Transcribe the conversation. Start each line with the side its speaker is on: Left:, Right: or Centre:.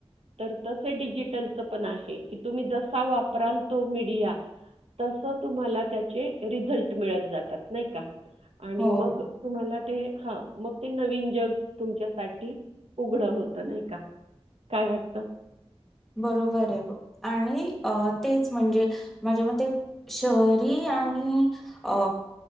Right: तर तसे डिजिटलच पण आहे की तुम्ही जसा वापराल तो मीडया तस तुम्हाला त्याचे रिझल्ट मिळत जातात नाही का आणि
Centre: हो
Right: मग तुम्हाला ते हा मग ते नवीन जग तुमच्यासाठी उघड होत नाही का काय वाटत?
Centre: बरोबर आहे बघ आणि तेच म्हणजे माझ्या मते शहरी आणि अ